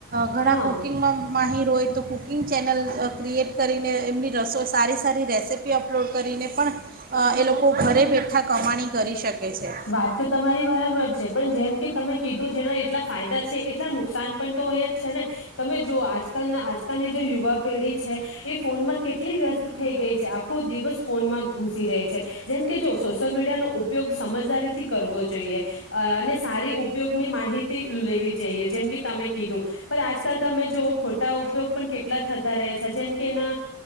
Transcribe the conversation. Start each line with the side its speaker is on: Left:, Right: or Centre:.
Right: ઘણા
Left: હા
Right: કુકિંગમાં માહીર હોય તો કૂકિંગ ચેનલ ક્રિએટ કરીને એમની રસો સારી સારી રેસીપી અપલોડ કરીને પણ, એ લોકો ઘરે બેઠા કમાણી કરી શકે. છે
Left: વાત તો તમારી બરાબર છે પણ જેમ કે તમે કીધું જેના એટલા ફાયદા છે એટલા નુકસાન પણ તો હોય જ છે ને, તમે જો આજલ આજકાલની જે યુવા પેઢી છે, એ ફોનમાં કેટલી વ્યસ્ત થઈ ગઈ છે. આખો દિવસ ફોનમાં ઘુસી રહે છે, જેમ કે જો સોશિયલ મીડિયાનો ઉપયોગ સમજદારીથી કરવો જોઈએ, અને સારી ઉપયોગની માહિતી લેવી જોઈએ જેમ કે તમે કીધું, પણ આજકાલ તમે જોવ ખોટા ઉપયોગ પણ કેટલા થતા રહ્યા છે જેમ કે એના